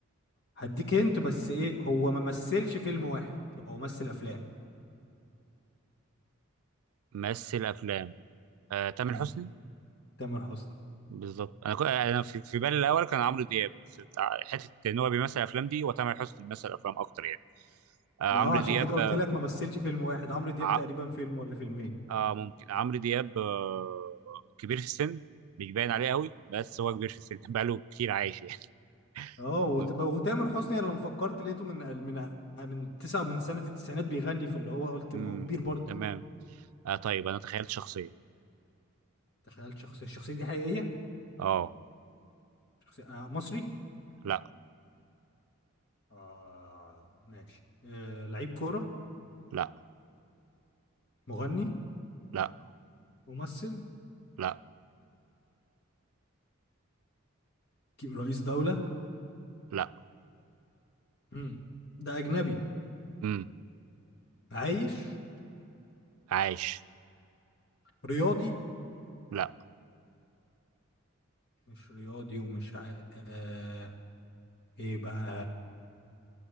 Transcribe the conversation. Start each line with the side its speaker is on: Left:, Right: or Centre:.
Left: هديك هنت بس ايه هو ما مثلش فيلم واحد هو مثل افلام
Right: ممثل افلام آه، تامر
Left: مم.
Right: حسني
Left: تامر حسني
Right: بالظبط انا كو... انا في في بالي الاول كان عمرو دياب بس ع- حته ان هو بيمثل افلام دي وتامر حسني بيمثل افلام اكتر يعني آه،
Left: ما
Right: عمرو
Left: اه عشان
Right: دياب
Left: كده قلت
Right: آه،
Left: لك ما مثلش فيلم واحد عمرو دياب
Right: ع...
Left: تقريبا فيلم ولا فيلمين
Right: آه ممكن عمرو دياب آه كبير في السن مش باين عليه قوي بس هو كبير في السن <laughs> بقاله كتير عايش يعني
Left: اه
Right: <laughs>
Left: وت-
Right: المهم.
Left: وتامر حسني انا لما فكرت لقيته من من من تسعة من سنة التسعينات بيغني فاللي هو قلت
Right: امم
Left: ما هو كبير برضه
Right: تمام آه طيب انا تخيلت شخصيه
Left: تخيل شخصية الشخصية دي حقيقية
Right: اه
Left: شخصية آه مصري
Right: لا
Left: اه ماشي آه لعيب كورة
Right: لا
Left: مغني
Right: لا
Left: ممثل
Right: لا
Left: ك- رئيس دولة
Right: لا
Left: مم. ده أجنبي
Right: امم
Left: عايش
Right: عايش
Left: رياضي
Right: لا
Left: مش رياضي ومش عا... آه... ايه بقى